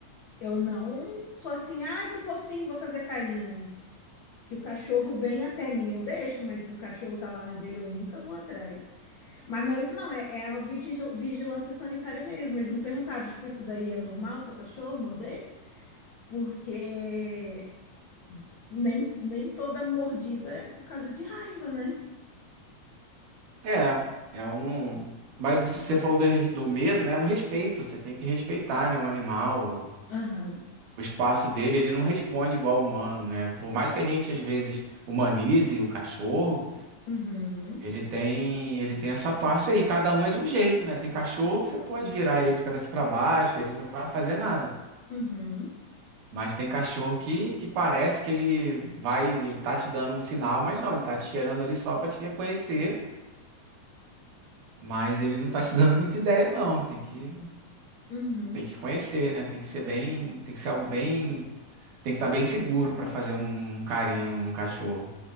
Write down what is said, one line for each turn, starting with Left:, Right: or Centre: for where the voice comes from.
Left: eu não sou assim, ai, que fofinho, vou fazer carinho. Se o cachorro vem até mim, eu deixo, mas se o cachorro tá lá na dele, eu nunca vou atrás. Mas não é isso, não, é, é a vigil- vigilância sanitária mesmo. Eles não perguntaram, tipo, isso daí é normal do seu cachorro morder? Porque. Nem, nem toda mordida é por causa de raiva, né?
Right: É, é um. Mas você falou do, res- do medo, né? É um respeito, você tem que respeitar, né? O animal,
Left: Aham.
Right: o espaço dele, ele não responde igual ao humano, né? Por mais que a gente, às vezes, humanize o cachorro,
Left: Uhum.
Right: ele tem, ele tem essa parte aí. Cada um é de um jeito, né? Tem cachorro que você pode virar ele de cabeça para baixo, ele não vai fazer nada.
Left: Uhum.
Right: Mas tem cachorro que, que parece que ele vai, ele tá te dando um sinal, mas não, ele tá te cheirando ali só pra te reconhecer, mas ele não tá te <laughs> dando muita ideia, não. Tem que,
Left: Uhum.
Right: tem que conhecer, né? Tem que ser bem, tem que ser algo bem, tem que estar bem seguro pra fazer um, um carinho num, num cachorro.